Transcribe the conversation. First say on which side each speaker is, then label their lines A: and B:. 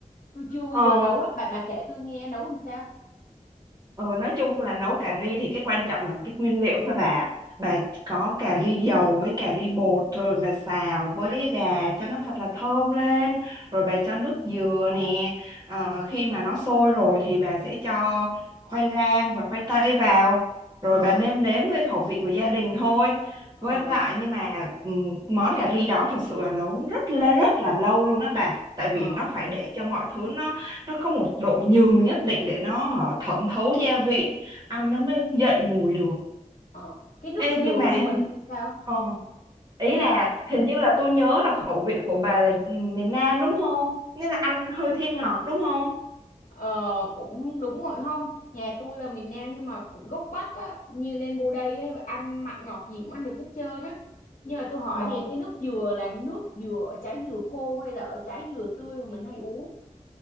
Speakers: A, on the left; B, on the right.
A: tôi chưa bao
B: Ờ
A: giờ nấu á bà bà kể tôi nghe nấu làm sao
B: Ừ, nói chung là nấu cà ri thì cái quan trọng là cái nguyên liệu thôi bà bà có cà ri dầu với cà ri bột rồi bà xào với gà cho nó thật là thơm lên rồi bà cho nước dừa nè Ờ, khi mà nó sôi rồi thì bà sẽ cho khoai lang và khoai tây vào rồi
A: ờ
B: bà nêm nếm với khẩu vị của gia đình thôi
A: ờ
B: với lại nhưng mà ừm, món cà ri đó thật sự là nấu rất là rất là lâu luôn đó bà tại vì
A: ờ
B: nó phải để cho mọi thứ nó nó có một độ nhừ nhất định để nó hả, thẩm thấu gia vị ăn nó mới dậy mùi được
A: ờ cái nước
B: Ê, nhưng
A: dừa
B: mà
A: của
B: hình
A: mình sao
B: ờ, ý
A: sao
B: là hình như là tôi nhớ là khẩu vị của bà là miền Nam đúng không nghĩa là ăn hơi thiên ngọt đúng không
A: Ờ cũng đúng rồi không Nhà tôi là miền Nam nhưng mà cũng gốc Bắc á Như lên vô đây á, ăn mặn ngọt gì cũng ăn được hết trơn á Nhưng mà tôi hỏi
B: ờ,
A: thì cái nước dừa là nước dừa ở trái dừa khô hay là ở trái dừa tươi mà mình hay uống